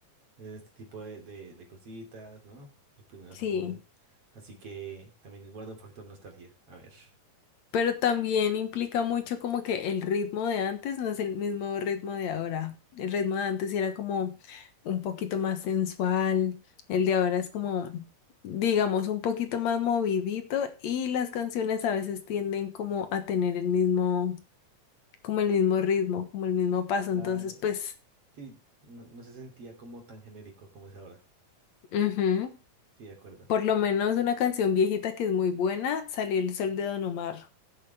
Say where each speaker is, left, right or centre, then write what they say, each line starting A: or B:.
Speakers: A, on the right; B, on the left.
A: en este tipo de, de, de cositas, ¿no? Los primeros
B: sí.
A: amores. Así que también guarda un factor nostalgia. A ver.
B: Pero también implica mucho como que el ritmo de antes no es el mismo ritmo de ahora. El ritmo de antes era como un poquito más sensual, el de ahora es como, digamos, un poquito más movidito y las canciones a veces tienden como a tener el mismo, como el mismo ritmo, como el mismo paso.
A: Claro.
B: Entonces, pues,
A: Sí, no, no se sentía como tan genérico como es ahora.
B: ujú.
A: Sí, de acuerdo.
B: Por lo menos una canción viejita que es muy buena, Salió el sol de Don Omar.